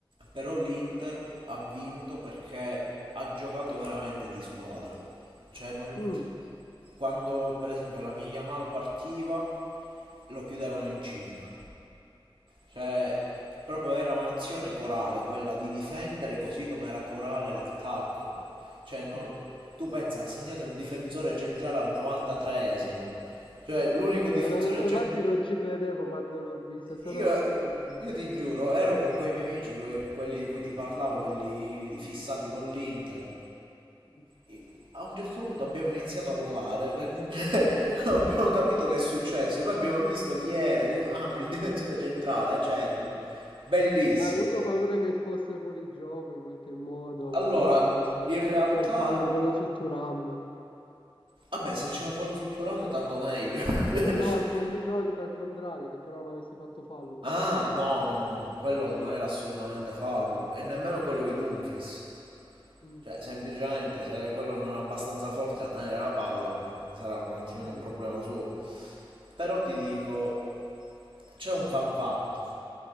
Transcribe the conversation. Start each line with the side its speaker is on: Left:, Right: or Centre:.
Right: però l'Inter ha vinto perché ha giocato veramente di squadra. Cioè non...
Left: mm.
Right: Quando per esempio la Yamal partiva lo chiudevano in 5. Cioè proprio era un'azione corale quella di difendere così come era corale l'attacco. Cioè non...
Left: mm.
Right: tu pensa ha segnato il difensore centrale al 93esimo. Cioè l'unico difensore
Left: Eh, no,
Right: centrale
Left: infatti non ci credevo quando l'ho vista, è stato
Right: Io,
Left: assurdo.
Right: io ti giuro, ero con quei miei amici, que- quelli di cui ti parlavo, quelli fissati con l'Inter.
Left: <laughs>
Right: I- A un certo punto abbiamo iniziato a urlare, perché <laughs> non abbiamo capito che è successo, poi abbiamo visto chi era, dico, ah, il difensore centrale, Acerbi. Bellissimo.
Left: Ma hai avuto paura che fosse fuori gioco in qualche modo, o
Right: Allora,
Left: ci fosse
Right: in realtà,
Left: o fallo quello su Turam.
Right: vabbè, se ce la fa lo Sotturamo tanto meglio. <laughs>
Left: No, al cond- no, dico al contrario, che Turam avesse fatto fallo più
Right: Ah,
Left: che altro.
Right: no, no, no, quello non era assolutamente fallo, e nemmeno quello di Dumfries.
Left: Mm,
Right: Cioè, semplicemente se quello non è abbastanza forte da tenere la palla, sarà un attimino
Left: capito.
Right: un problema suo. Però ti dico, c'è un fan fact.